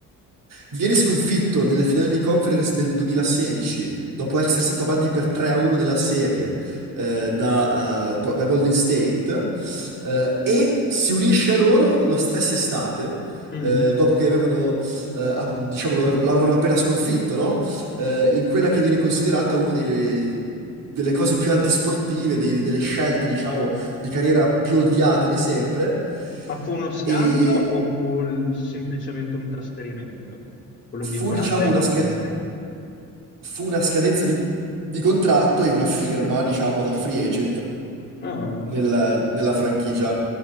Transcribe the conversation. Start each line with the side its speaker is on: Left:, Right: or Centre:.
Right: Viene sconfitto nelle finali di conference del 2016, dopo essere stato avanti per 3-1 nella serie eh, da, eh, po- da Golden State, eh, e si unisce a loro lo stesso estate,
Left: mm.
Right: eh, dopo che avevano, eh, ah, diciamo, lo ave- l'avevano appena sconfitto, no? Eh, in quella che viene considerata una delle, delle cose più antisportive, dei- delle scelte, diciamo, di carriera più odiate di sempre.
Left: Ma fu uno scambio
Right: E
Left: o fu l- semplicemente un trasferimento? Quello
Right: fu,
Left: di Durant
Right: diciamo,
Left: ai
Right: una
Left: Golden
Right: scheda.
Left: State?
Right: fu una scadenza di, di contratto e una firma, diciamo, da free agent
Left: Ah,
Right: nel- nella franchigia.